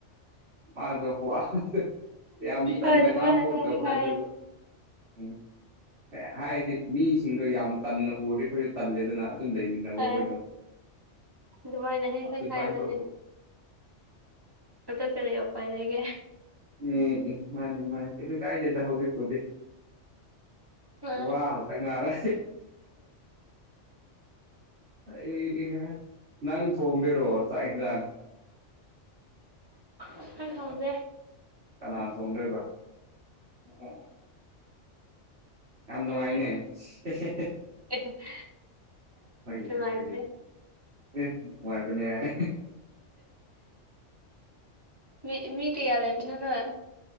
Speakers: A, on the right (about 60°); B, on the right (about 20°).
A: ꯃꯥꯗꯣ ꯋꯥ ꯌꯥꯝ ꯇꯟꯅ
B: ꯑ ꯑꯗꯨ
A: ꯉꯥꯡꯕꯒꯨꯝ
B: ꯃꯥ
A: ꯇꯧꯕ
B: ꯍ
A: ꯑꯗꯨꯒ ꯎꯝ ꯍꯥꯏꯗꯤ ꯃꯤꯁꯤꯡꯗꯣ ꯌꯥꯝ ꯇꯟꯅ ꯎꯔꯗꯤ ꯑꯩꯈꯣꯏꯗ ꯇꯜꯂꯦꯗꯅ ꯑꯗꯨꯝ ꯂꯩꯃꯤꯟꯅꯩ ꯅꯕꯈꯣꯏꯗꯣ
B: ꯍꯥꯏ ꯑꯗꯨꯃꯥꯏꯅ ꯍꯦꯛ
A: ꯑꯗꯨꯃꯥꯏꯅ
B: ꯍꯦꯛ ꯍꯥꯏꯕꯅꯦ
A: ꯇꯧꯕꯧꯕ
B: ꯑꯗ ꯀꯔꯤ ꯎꯄꯥꯏ ꯂꯩꯒꯦ
A: ꯎꯝ ꯎꯝ ꯃꯥꯅꯦ ꯃꯥꯅꯦꯁꯨ ꯀꯥꯏꯗꯦꯗ ꯍꯧꯖꯤꯛ ꯐꯣꯗꯤ
B: ꯑꯩ
A: ꯋꯥꯍ ꯇ ꯉꯔ ꯑꯩ ꯅꯪ ꯊꯣꯡꯝꯕꯤꯔꯣ ꯆꯥꯛꯟꯖꯥꯡ
B: ꯎ ꯍꯥꯎꯗꯦ
A: ꯀꯅꯥꯅ ꯊꯣꯡꯗ꯭ꯔꯣꯏꯕ ꯑꯣ ꯌꯥꯝ ꯅꯨꯡꯉꯥꯏꯅꯦ
B: ꯎꯝ
A: ꯍꯦ ꯍꯦ
B: ꯍꯣꯏ
A: ꯑꯦ
B: ꯅꯨꯡꯉꯥꯏꯕꯅꯦ
A: ꯅꯨꯡꯉꯥꯏꯕꯅꯤꯍꯦ
B: ꯃꯤ ꯃꯤ ꯀꯩꯌꯥ ꯂꯩꯕꯤꯅꯣ ꯅꯪ